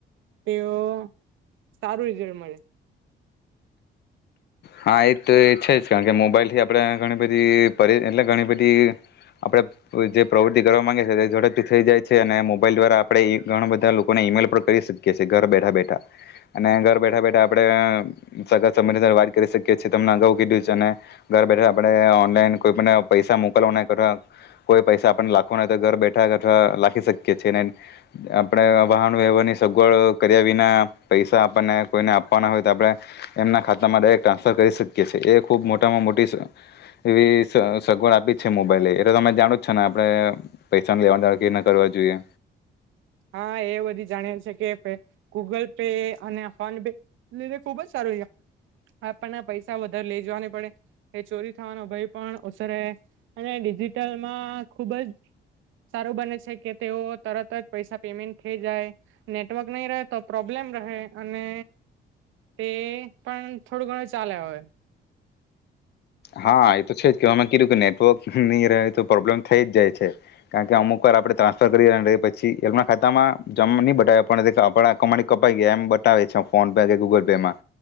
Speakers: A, on the right; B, on the left.
A: તેઓ સારું રિઝલ્ટ મળે.
B: હા એ તો છે જ કારણ કે મોબાઈલ થી આપડણે ઘણી બધી એટલે ઘણી બધી આપડે જે પ્રવૃતિ કરવા માંગે છીએ એ ઝડપથી થઈ જાય છે. અને મોબાઈલ દ્વારા આપડણે ઘણા બધા લોકોને ઈમેલ પણ કરી શકીએ છીએ ઘર બેઠા બેઠા. અને ઘર બેઠા બેઠા આપણે સગા સંબંધી સાથે વા કરી શકીએ છીએ તમને અગાઉ કીધું છે અને ઘર બેઠા આપણે ઓનલાઈન કોઈ પણ પૈસા મોકલવાના અથ કોઈ પૈસા આપણને લખવાના હોય તો ઘર બેઠા અથવા લખી શકીએ છીએને ને આપણે વાહન વ્યવહારની સગવડ કર્યા વિના પૈસા આપણને કોઈને આપવાના હોય તો આપણે એમના ખાતામાં ડિરેકટ ટ્રાન્સફર કરી શકીએ છીએ એ ખૂબ મોટામાં મોટી એવી સગવડ આપી છે મોબાઈલ એટલે તમે જાણો જ છો ને આપણે પૈસાને લેવાના કે ન કરવા જોઈએ.
A: હા એ બધી જાણી છે કે ગૂગલ પે અને ફોન પે લીધે ખુબ જ સારું છે. આપણને પૈસા વધારે લઇ જવાની પડે એ ચોરી થવાનો ભય પણ ઓછરે અને ડિજિટલમાં ખુબ જ સારું બને છે કે તેઓ તરત જ. પૈસા પેમેન્ટ થઈ જાય નેટવર્ક નહી રહે તો પ્રોબ્લેમ રહે અને તે પણ થોડું ઘણું ચાલે હોવે.
B: હા એ તો છે જ કવામાં કીધું કે નેટવર્ક નહી રહે તો પ્રોબ્લેમ થઈ જાય છે. કારણ કે અમુક વાર આપડણે ટ્રાન્સફર કરી પછી એમના ખાતામાં જમ નહી બતાવે પણ આપણા કમાડી કપાઈ ગયા એમ બતાવે છે ફોન પે કે ગૂગલ પેમાં